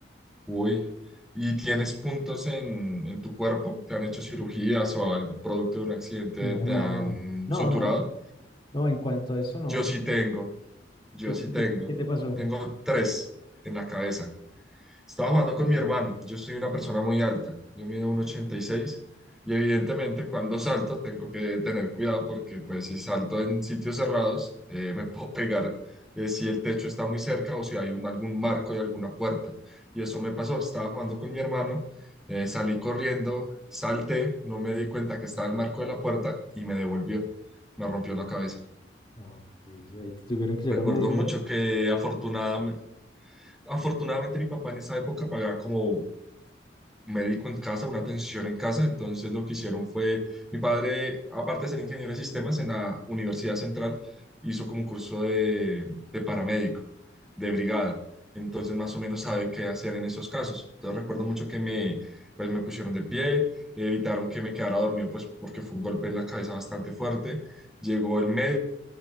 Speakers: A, in the centre; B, on the left.
A: Uy. ¿Y tienes puntos en, en tu cuerpo? ¿Te han hecho cirugías o al producto de un accidente
B: No,
A: te
B: nada,
A: han
B: no,
A: suturado?
B: no, no, en cuanto a eso, no.
A: Yo sí tengo, yo
B: ¿Qué, te-
A: sí tengo.
B: qué, qué te pasó?
A: Tengo tres en la cabeza. Estaba jugando con
B: Wow.
A: mi hermano. Yo soy una persona muy alta. Yo mido 1,86 y seis y evidentemente cuando salto tengo que tener cuidado porque pues si salto en sitios cerrados eh, me <laughs> puedo pegar eh, si el techo está muy cerca o si hay un, algún marco y alguna puerta. Y eso me pasó. Estaba jugando con mi hermano, eh, salí corriendo, salté, no me di cuenta que estaba el marco de la puerta y me devolvió. Me rompió la cabeza.
B: Ah, ok, ya, ¿Y te tuvieron que llevar
A: Recuerdo
B: al médico?
A: mucho que afortunadamente... Afortunadamente mi papá en esa época pagaba como médico en casa, una atención en casa. Entonces lo que hicieron fue, mi padre, aparte de ser ingeniero de sistemas en la Universidad Central, hizo como un curso de, de paramédico, de brigada. Entonces más o menos sabe qué hacer en esos casos. Entonces recuerdo mucho que me, pues, me pusieron de pie, evitaron que me quedara dormido, pues porque fue un golpe en la cabeza bastante fuerte. Llegó el médico